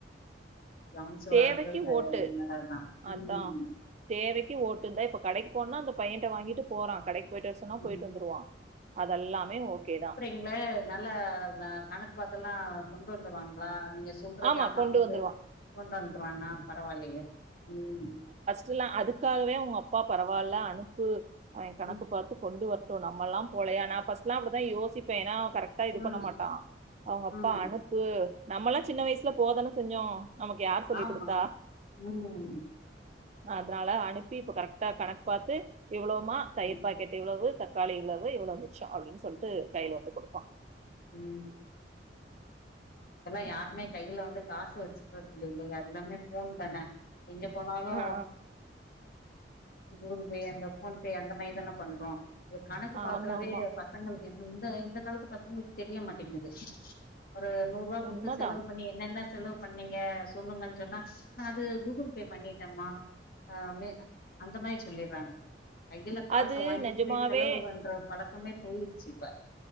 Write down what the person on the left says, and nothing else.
நீங்க கவனிச்சு
வளர்க்கறது ந-
நல்லதுதான்
ம்
ம்
இல்ல நல்ல கணக்கு பாத்தல்லா கொண்டு வந்துருவாங்களா நீங்க சொல்ற
சாமா
வந்து
கொண்டு வந்துருவாண்ணா பரவாயல்லயே ம்
ம்
ம்
ம்
ஆமா
ம்
ம்
ம் எனா யாருமே கையில வந்து காசு வச்சுக்கறது இல்லயே எல்லாமே ஃபோன் தான எங்க போனாலு
கு பெ அந்த ஃபோன் பே அந்த மாரி தான பண்றோ இது கணக்கு
பாக்குறதே
ப பசங்களுக்கு இந்த காலத்து பசங்களுக்கு தெரிய மாட்டேங்குது ஒரு நூ ரூவா குடுத்து
செலவு பண்ணி என்னன்ன செலவு பண்ணீங்க சொல்லுங்கன் சொன்னா நா அது கூகுள் பே பண்ணிட்டம்மா ஆ மே அந்த மாரி சொல்லிறாங்க கையில காச
வாங்கிட்
போய் செலவுபன்ற பழக்கமே போயிடுச்சு இப்ப